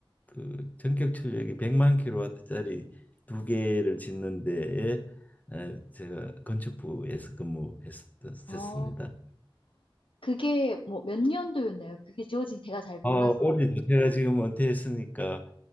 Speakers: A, on the left; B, on the left.
A: 그 전격 출력이 100만 킬로와트짜리 두 개를 짓는 데에 에, 제가 건축부에서 근무했었습니다.
B: 어, 그게 뭐 몇 년도였나요? 그게 지어진 지 제가 잘 몰라서.
A: 어, 올해도 제가 지금 은퇴했으니까